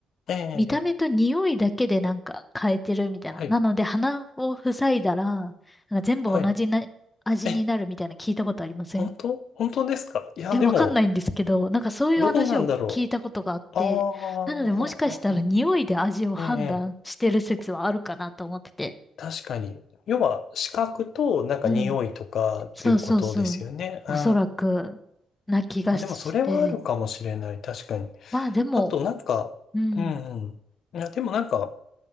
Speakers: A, on the left (about 65°); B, on the left (about 20°).
A: ええ、ええ
B: 見た目と匂いだけでなんか変えてるみたいな。
A: はい。
B: なので鼻を塞いだら、なんか全部同じな味になるみたいな聞いたことありません
A: はい。え、本当本当ですかいや、
B: え、
A: でも、
B: わかんないんですけど、なんかそういう話を聞いたことがあって、
A: どうなんだろう。ああ、はは
B: なのでもしかしたら匂いで味を判断してる説はあるかなと思ってて。
A: は。ええ、確かに。要は、視覚と、なんか匂いとかっていうことですよね。
B: うん。そうそうそう。おそらく、
A: うん。
B: な気がして。
A: あ、でも、それはあるかもしれない。確かに。
B: まあでも、
A: あと、なんか、
B: うん。
A: うんうん。いや、でもなんか、